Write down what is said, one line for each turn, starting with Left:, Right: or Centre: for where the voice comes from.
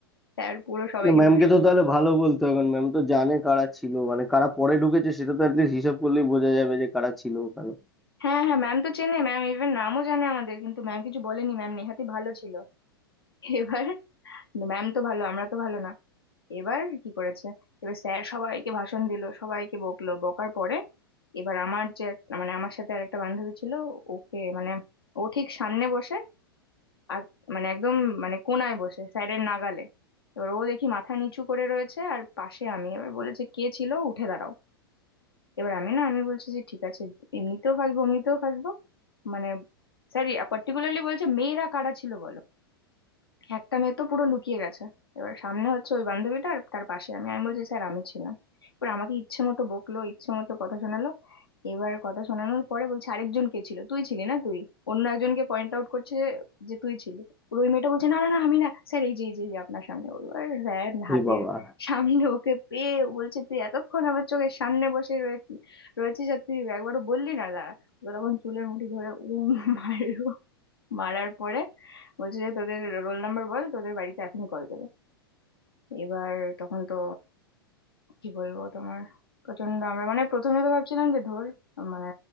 Left: স্যার পুরো সবাইকে
Centre: না ম্যামকে
Left: ভাষণ
Centre: তো তাহলে ভালো বলতো এখন ম্যাম তো জানে কারা ছিল মানে কারা পরে ঢুকেছে সেটা তো অ্যাটলিস্ট হিসাব করলেই বোঝা যাবে যে কারা ছিল ওখানে
Left: হ্যাঁ হ্যাঁ ম্যাম তো চেনে ম্যাম ইভেন নামও জানে আমাদের কিন্তু ম্যাম কিছু বলেনি ম্যাম নেহাতি ভালো ছিল <laughs> এবার ম্যাম তো ভালো আমরা তো ভালো না এবার কি করেছে এবার স্যার সবাইকে ভাষণ দিল সবাইকে বকলো বকার পরে এবার আমার যে এক- মানে আমার সাথে আর একটা বান্ধবী ছিল ওকে মানে ও ঠিক সামনে বসে আর মানে একদম মানে কোনায় বসে স্যারের নাগালে এবার ও দেখি মাথা নিচু করে রয়েছে আর পাশে আমি এবার বলেছে কে ছিল উঠে দাঁড়াও এবার আমি না আমি বলছি যে ঠিক আছে এমনিতেও ফাঁসবো এমনিতেও ফাঁসবো মানে স্যার পার্টিকুলারলি বলছে মেয়েরা কারা ছিল বলো একটা মেয়ে তো পুরো লুকিয়ে গেছে এবার সামনে হচ্ছে ওই বান্ধবীটা আর তার পাশে আমি আমি বলছি স্যার আমি ছিলাম এবার আমাকে ইচ্ছে মতো বকলো ইচ্ছে মতো কথা শোনালো এবার কথা শোনানোর পরে বলছে আরেকজন কে ছিল তুই ছিলি না তুই অন্য একজনকে পয়েন্ট আউট করছে যে তুই ছিলি এবার ওই মেয়েটা বলছে না না না আমি না স্যার এই যে এই যে এই যে আপনার সামনে এবার স্যার হাতের
Centre: এ বাবা
Left: সামনে ওকে পেয়ে বলছে তুই এতক্ষণ আমার চোখের সামনে বসে রয়ে- রয়েছিস আর তুই একবারও বললি না দাঁড়া ও তখন চুলের মুঠি ধরে উম মারলো মারার পরে বলছে যে তোদের রোল নাম্বার বল তোদের বাড়িতে এখনই কল যাবে এবার তখন তো কি বলবো তোমার প্রচন্ড আমরা মানে প্রথমে তো ভাবছিলাম যে ধর মানে